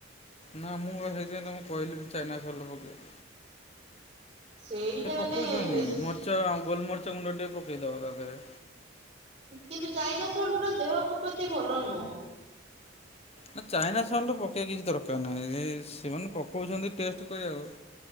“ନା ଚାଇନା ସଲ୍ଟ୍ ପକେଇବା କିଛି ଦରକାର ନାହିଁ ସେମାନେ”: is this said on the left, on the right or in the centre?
Left